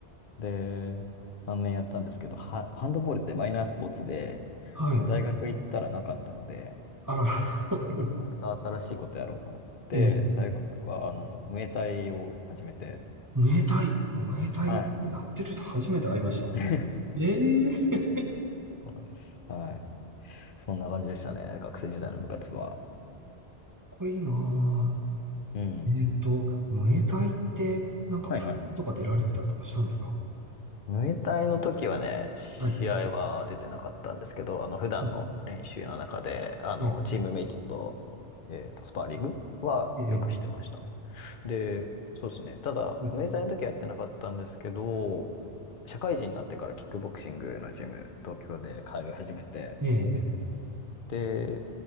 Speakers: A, on the left; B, on the right.
A: で、3年やったんですけど、は、ハンドボールってマイナースポーツで、
B: はい。
A: 大学行ったらなかったので、
B: あらら、<laughs>
A: また新しいことやろうと思って、
B: ええ、
A: 大学は、あの、ムエタイを始めて、
B: ムエタイ、ムエタイをやってる人初めて会いました。
A: はい。<laughs> そ
B: ええ、かっ
A: うなんです。はい。そんな感じでしたね。学生時代の部活は。
B: こいいな
A: うん。
B: ぁ。えっと、ムエタイって、なんか、
A: はいはい。
B: 大会とか出られてたりとかしたんですか
A: ムエタイの時はね、
B: はい。う
A: 試合は出てなかったんですけど、あの、普段の練習の中で、
B: ん
A: あの、
B: ええ、
A: チームメイトと、えっと、スパーリングはよくしてましたね。
B: ええ、
A: で、そうですね。ただ、
B: うん
A: ムエタイの時はやってなかったんですけど、社会人になってからキックボクシングのジム、東京で通い始めて、
B: ええ、
A: で、